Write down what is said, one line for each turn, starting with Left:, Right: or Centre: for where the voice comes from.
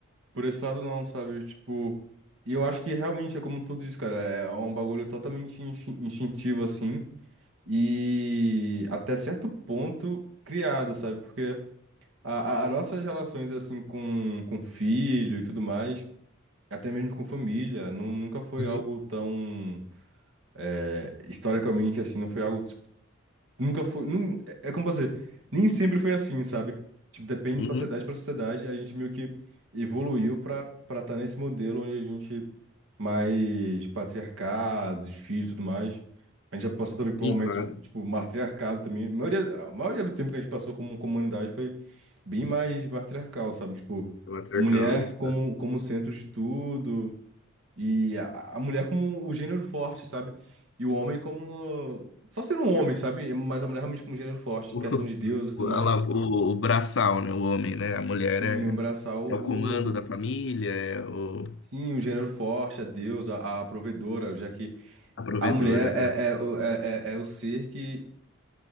Right: Por esse lado, não, sabe? Tipo. E eu acho que realmente é como tudo isso, cara. É um bagulho totalmente instin- instintivo, assim. E até certo ponto criado, sabe? Porque a, a, as nossas relações, assim, com, com filho e tudo mais, até mesmo com família, nu- nunca foi
Left: Uhum.
Right: algo tão. eh, historicamente, assim, não foi algo. Nunca foi. nun- é é como posso dizer, nem sempre foi assim, sabe? Tipo, depende
Left: Uhum.
Right: de sociedade pra sociedade, a gente meio que evoluiu pra para estar nesse modelo onde a gente mais patriarcado, os filhos e tudo mais. A gente já passou também por
Left: Sim,
Right: momentos,
Left: claro.
Right: tipo, matriarcado também. A maioria, a maioria do tempo que a gente passou como comunidade foi bem mais matriarcal, sabe? Tipo,
Left: É matriarcal,
Right: mulher
Left: isso.
Right: como, como centro de tudo. E a, a mulher como o gênero forte, sabe? E o homem como. Só sendo um homem, sabe? Mas a mulher realmente como gênero forte,
Left: O,
Right: em questão de Deus e tudo
Left: o,
Right: mais.
Left: a la- o, o braçal, né? O homem, né? A mulher
Right: Sim,
Left: é,
Right: abraçar o.
Left: é o comando da família,
Right: o-
Left: é o,
Right: Sim, o gênero forte, a Deus, a, a provedora, já que
Left: a provedora,
Right: a mulher
Left: exato.
Right: é, é, o- é, é é o ser que